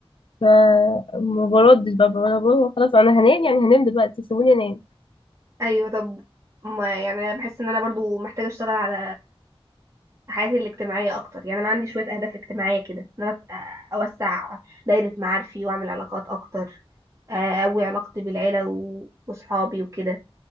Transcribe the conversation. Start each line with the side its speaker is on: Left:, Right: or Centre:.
Left: فما بردش بقى بقول بابا خلاص انا هنام يعني هنام دلوقتي سيبوني انام
Right: ايوه طب ما يعني انا بحس ان انا برضو محتاجة اشتغل على حياتي الاجتماعية أكتر يعني أنا عندي شوية أهداف اجتماعية كده إن أنا أ- أوسع دايرة معارفي وأعمل علاقات أكتر آه، أقوي علاقتي بالعيلة و- وصحابي وكده